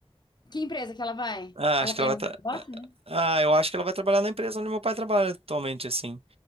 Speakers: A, on the left; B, on the right.
A: Que empresa que ela vai?
B: Ah,
A: Ela
B: acho que
A: tem
B: ela vai
A: algum
B: tra...
A: negócio, né?
B: Ah, eu acho que ela vai trabalhar na empresa onde meu pai trabalha atualmente, assim.